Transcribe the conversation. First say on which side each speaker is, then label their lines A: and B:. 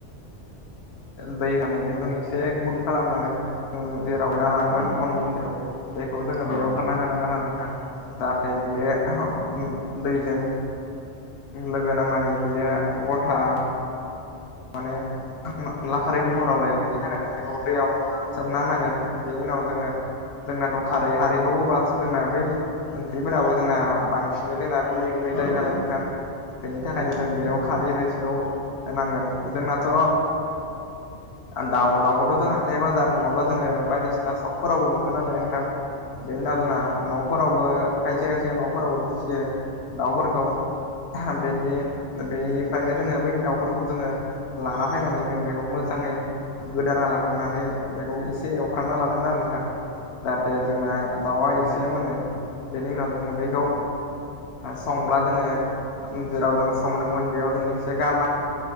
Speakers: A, on the left; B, on the left.
A: दै होनाय बेखौजों एसे गुदुं खालामनानै जेराव नना लाङोमोन
B: औ औ
A: अन गुन्दैआव बेखौ जोङो
B: औ
A: बेयाव गारना होनांगोन आरो नोंथां। जाहाथे बेयो
B: औ
A: दैजों लोगो नांनानै बेयो गन्था माने अनला खारैनि महराव लायो बेनि थाखाय जों बेखौ दैयाव सोमना होनांगोन बेनि उनाव जोङो जोंनाथ' खारै खारैखौ होब्लासो जोंना बै ओंख्रिफोराबो जोंना बांसिनै जोंना गुन्दै गुन्दै
B: औ
A: जायो नालाय नोंथां। बेनि थाखायनो
B: औ
A: जों बेयाव खारै रैसिखौ होनांगोन जोंनाथ' <inaudible> दाउ दाउखौथ' जों हाथाय बाजार नङाब्ला जोङो बायदिसिना सकफोरावबो मोनो नालाय नोंथां। बेनि उनाव जोंना न'फोरावबो खायसे खायसे न'फोरावबो फिसियो दाउफोरखौ। बेनि बेनिफ्रायनो जोङो बै दाउफोरखौ जोङो लाना फैनानै जों बेखौ मोजाङै गोदाना लाखांनानै बेखौ एसे एवफ्रामना लानांगोन आरो नोंथां। जाहाथे जोंना दाउआ एसे मोनो बेनि उनाव जोङो बैखौ संब्ला जोङो जेराव जों संदोंमोन बेयाव जों एसे गारना